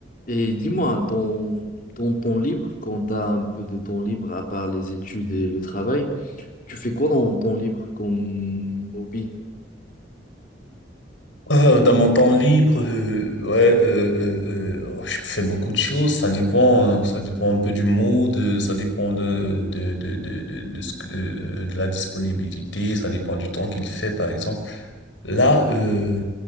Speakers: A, on the left; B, on the left.
A: Et dis-moi, dans, dans ton libre, quand tu as un peu de temps libre, à part les études et le travail, tu fais quoi dans ton libre comme hobby?
B: Euh, dans mon temps libre, euh, ouais, euh, euh, euh, oh, je fais beaucoup de choses. Ça dépend, euh, ça dépend un peu du mood, euh, ça dépend de de de de de, de, ce que- euh, euh, de la disponibilité, ça dépend du temps qu'il fait, par exemple. Là, euh,